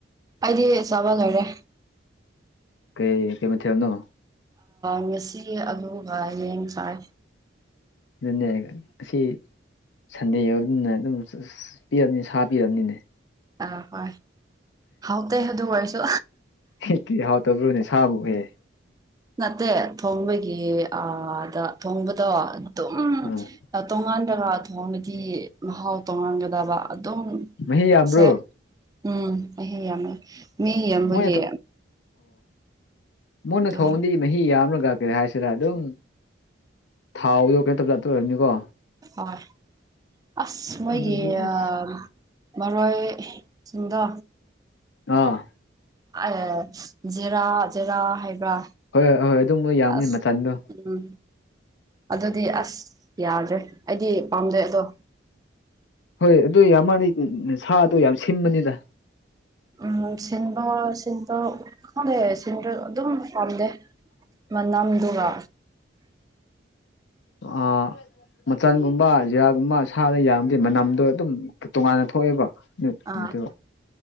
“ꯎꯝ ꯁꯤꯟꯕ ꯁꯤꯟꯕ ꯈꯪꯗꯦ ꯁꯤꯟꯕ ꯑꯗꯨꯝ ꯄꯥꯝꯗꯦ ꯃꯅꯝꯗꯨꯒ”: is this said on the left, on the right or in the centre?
Right